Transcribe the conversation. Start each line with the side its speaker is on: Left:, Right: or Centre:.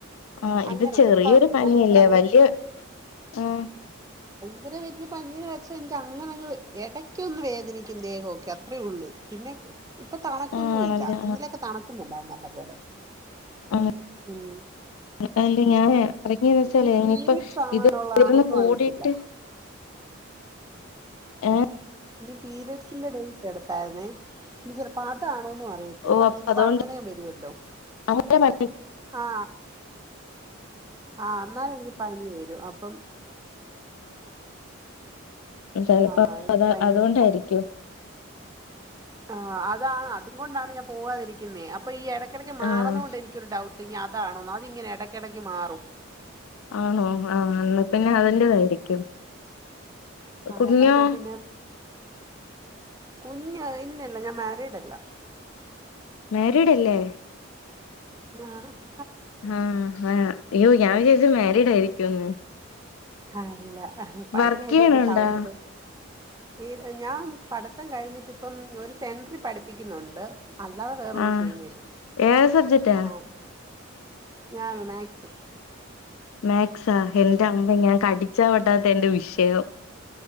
Left: ആ
Right: അങ്ങനുണ്ട്
Left: ഇത് ചെറിയൊരു
Right: ഇപ്പം
Left: പനിയല്ലേ?
Right: നമ്മള് പ്രൈവറ്റ്
Left: വലിയ ആ
Right: അങ്ങനെ വല്യ പനീന്ന് വെച്ചാ എനിക്ക് അങ്ങനങ്ങ് എടക്കൊന്ന് വേദനിക്കും ദേഹൊക്കെ അത്രേ ഉള്ളു പിന്നെ ഇപ്പ തണക്കുന്നു
Left: ആഹ് ആണല്ലേ
Right: ഇല്ല ഇന്നലെയൊക്കെ തണക്കുന്നുണ്ടാര്ന്നു നല്ല പോലെ
Left: ആ
Right: ഉം
Left: <inaudible> അല്ല
Right: ഇനി
Left: ഞാന
Right: പി
Left: ഇറങ്ങിയന്ന് വെച്ചേ
Right: ഇനി പീരിയഡ്സ്
Left: ഇപ്പൊ
Right: ആവാനുള്ളതാണോന്നും
Left: ഇത് ഇരുന്ന് കൂടിട്ട്
Right: അറിയത്തില്ല
Left: ഏ
Right: ഇ പീരയഡ്സിന്റെ ഡേറ്റ് എടുത്തായിുന്നേ ഇനി ചിലപ്പോ അതാണ് ന്ന അറിയത്തില്ല
Left: ഓ അപ്പൊ
Right: ചിലപ്പോ
Left: അതുകൊണ്ട്
Right: അങ്ങന വരുവല്ലോ
Left: അങ്ങനെ
Right: ആ ആഹ എന്നാല എനിക്ക് പനി വരും അപ്പം
Left: ചിലപ്പോ
Right: ആഹ എനിക്ക്
Left: അത്
Right: ഭയങ്കര
Left: അതുകൊണ്ടായിരിക്കും
Right: പ്പ ആഹ അത അതുകൊണ്ടാണ് ഞാൻ പോകാതിരിക്കുന്നത് അപ്പൊ ഈ ഇടയ്ക്കിടയ്ക്ക് മാറുന്നകൊണ്ട്
Left: ആഹ്
Right: എനിക്കൊരു ഡൗട്ട് അതാണോ അതിങ്ങനെ ഇടക്കിടക്ക് മാറും
Left: ആണോ ആന്നാ പിന്നെ അതി തായിരിക്കും
Right: ആഹ്
Left: കുഞ്ഞോ
Right: അതാ ഞാൻ പിന്നെ കുഞ്ഞ് ഇലല്ല ഞാൻ മാരിഡല്ല
Left: മരിഡല്ലേ
Right: ആഹ
Left: ആഹ ആഹ അയ്യോ ഞാൻ വിചാരിച്ചു മാരിഡ് ആയിരിക്കുംന്ന്
Right: ആല്ല പനിയതൊണ്ട്
Left: വർക്ക് ചെയ്യണുണ്ടോ
Right: സൗണ്ടൊക്കെ ഈ ഞാൻ പഠിത്തം കഴിഞ്ഞിട്ടിപ്പം ഒരു സെൻടറി പഠിപ്പിക്കുന്നുണ്ട് അല്ലാതെ വേറൊന്നും
Left: ആഹ്
Right: ചെയ്യുന്നില്ല
Left: ഏത് സബ്ജക്റ്റാ
Right: ആഹ ഞാന മാക്സ്
Left: മാക്സാ എന്റെ അമ്മ ഞാൻ കടിച്ചാ പോട്ടാത്തെ എന്റെ വിഷ <unintelligible>